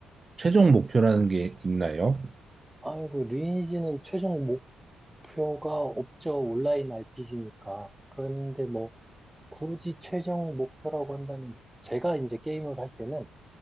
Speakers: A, on the right (about 25°); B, in the centre.
A: 최종 목표라는 게 있나요?
B: 아이고, 리니지는 최종 목표가 없죠. 온라인 RPG니까. 그런데 뭐, 굳이 최종 목표라고 한다면, 제가 이제 게임을 할 때는